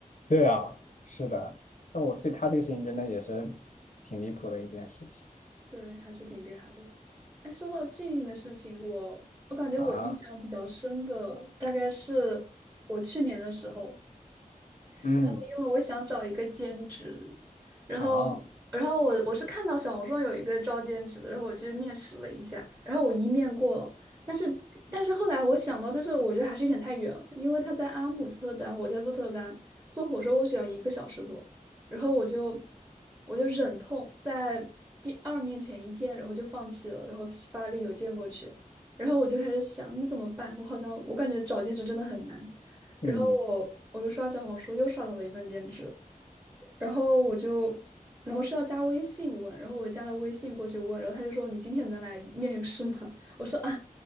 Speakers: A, on the left; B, on the right.
A: 对啊，是的，那我对他这个事情真的也是挺离谱的一件事情
B: 对，还是挺厉害的。哎，说到幸运的事情，我我感觉我印象比较深的大概是我去年的时候，
A: 啊，嗯，
B: 然后因为我想找一个兼职，然后然后我我是看到小红书上有一个招兼职的，
A: 好，
B: 然后我去面试了一下，然后我一面过了，但是但是后来我想到，就是我觉得还是有点太远了，因为他在阿姆斯特丹，我在鹿特丹，坐火车过去要一个小时多，然后我就我就忍痛在第二面前一天，然后就放弃了，然后发了个邮件过去，然后我就开始想，那怎么办？我好像我感觉找兼职真的很难。然后我我就刷小红书，
A: 嗯，
B: 又刷到了一份兼职，然后我就，然后是要加微信问，然后我加了微信过去问，然后他就说你今天能来面试吗？<laughs> 我说啊，